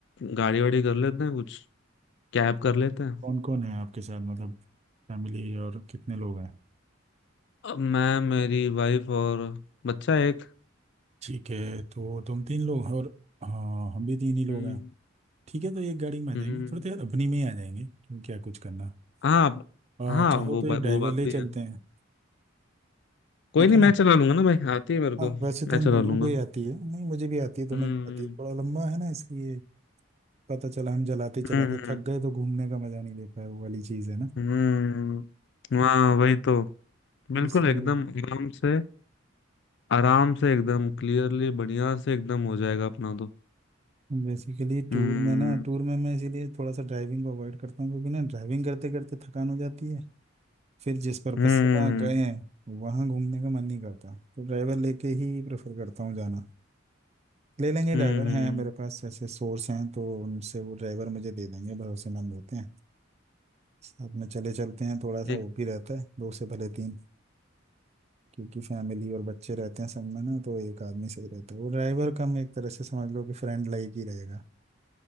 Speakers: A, on the left (about 60°); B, on the right (about 35°).
A: गाड़ी वाड़ी कर लेते हैं कुछ कैब कर लेते हैं
B: कौन कौन है आपके साथ मतलब फैमिली और कितने लोग हैं
A: अब मैं मेरी वाइफ और बच्चा एक
B: ठीक है तो तुम तीन लोग हैं और हाँ हम भी तीन ही लोग
A: हम्म
B: हैं ठीक है तो एक गाड़ी में आ
A: हम्म
B: जाएंगे थोड़ी देर अपनी में ही आ जाएंगे क्यों क्या कुछ करना
A: हाँ
B: आ,
A: हाँ
B: चाहो
A: वो
B: तो
A: बा,
B: एक ड्राइवर
A: वो बात
B: ले
A: भी
B: चलते
A: है
B: हैं
A: कोई
B: ठीक
A: नहीं
B: है
A: मैं
B: ना
A: चला लूंगा ना भाई आती है मेरे
B: हाँ
A: को
B: वैसे
A: मैं
B: तो हम
A: चला
B: दोनों
A: लूंगा
B: को ही आती है नहीं मुझे भी आती है तुम्हें
A: हम्म
B: भी आती है थोड़ा लंबा है ना इसलिए पता चला हम जलाते चलाते
A: हम्म
B: थक गए तो घूमने का मजा नहीं ले पाए वो वाली चीज़ है ना
A: हम्म हाँ वही तो
B: तो
A: बिल्कुल
B: इसलिए
A: एकदम आराम से आराम से एकदम क्लियरली बढ़िया से एकदम हो जाएगा अपना तो
B: बेसिकली टूर
A: हम्म
B: में ना टूर में मैं इसीलिए थोड़ा सा ड्राइविंग को अवॉइड करता हूँ क्योंकि ना ड्राइविंग करते करते थकान हो जाती है फिर जिस पर्पज
A: हम्म
B: से वहाँ गए हैं वहाँ घूमने का मन नहीं करता तो ड्राइवर लेके ही प्रेफर करता हूँ जाना ले लेंगे
A: हम्म
B: ड्राइवर हैं मेरे पास ऐसे सोर्स हैं तो उनसे वो ड्राइवर मुझे दे देंगे भरोसेमंद होते हैं साथ में चले चलते हैं थोड़ा सा
A: एक
B: वो भी रहता है दो से भले तीन क्योंकि फैमिली और बच्चे रहते हैं संग में ना तो एक आदमी सही रहता है वो ड्राइवर कम एक तरह से समझ लो कि फ्रेंड लाइक ही रहेगा